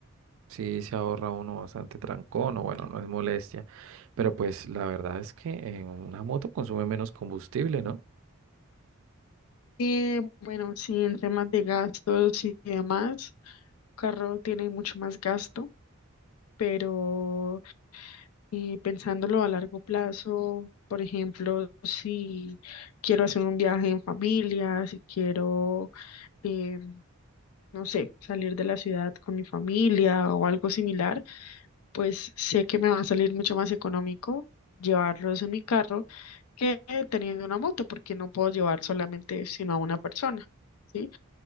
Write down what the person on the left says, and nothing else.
Y bueno, sí, en temas de gastos y demás, carro tiene mucho más gasto, pero Y pensándolo a largo plazo, por ejemplo, si quiero hacer un viaje en familia, si quiero, eh, no sé, salir de la ciudad con mi familia o algo similar, pues sé que me va a salir mucho más económico llevarlos en mi carro que teniendo una moto, porque no puedo llevar solamente sino a una persona, ¿sí?